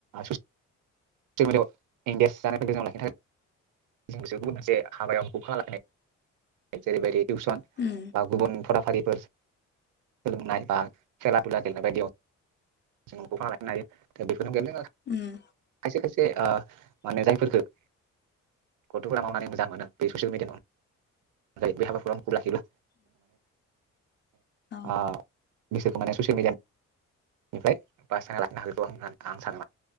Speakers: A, on the right; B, on the left.
A: ससियेल मिडियाव एंगेज जानायफोरखौ जों लाखिनो थाखाय जों बिसोरखौबो मोनसे हाबायाव फौ खा लाखिनाय जेरैबायदि टिउसन
B: उम
A: बा गुबुन फरा फारिफोर सोलोंनाय बा खेला दुला गेलेनाय बायदियाव जों <unintelligible> लाखिनो हायो बेफ गोहोम गेब जोङो
B: उम
A: खायसे खायसे ओ माने जायफोरफोरखो गथ'फोरा मावनानै मोजां मोनो बे ससियेल मिडियामाव <unintelligible> बे हाबाफोराव आंखौ लाखिब्ला
B: उम औ
A: ओ बिसोर माने ससियेल मिडियानिफ्राय बासायना लाखिनो हागोन खौ आं सानो माने